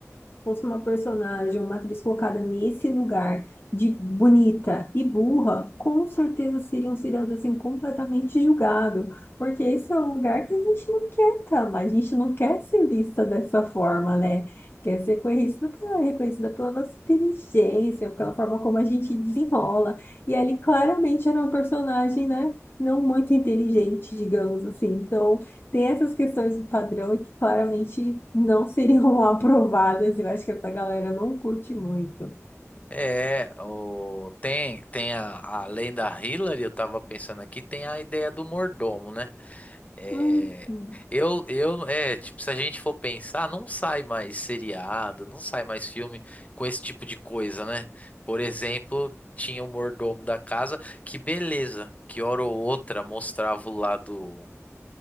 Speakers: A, on the left; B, on the left.
A: fosse uma personagem, uma atriz colocada nesse lugar de bonita e burra, com certeza seriam seriados assim completamente julgado porque esse é um lugar que a gente não quer estar, mas a gente não quer ser vista dessa forma, né? Quer ser reconhecida pela, reconhecida pela nossa inteligência, pela forma como a gente desenrola. E ele claramente era uma personagem, né? Não muito inteligente, digamos assim. Então, tem essas questões do padrão que claramente não seriam <laughs> aprovadas. Eu acho que essa galera não curte muito.
B: É, o, tem, tem a, além da Hillary, eu tava pensando aqui, tem a ideia do mordomo, né? É,
A: Hum.
B: eu, eu, é, tipo, se a gente for pensar, não sai mais seriado, não sai mais filme com esse tipo de coisa, né? Por exemplo, tinha o mordomo da casa, que beleza, que hora ou outra mostrava o lado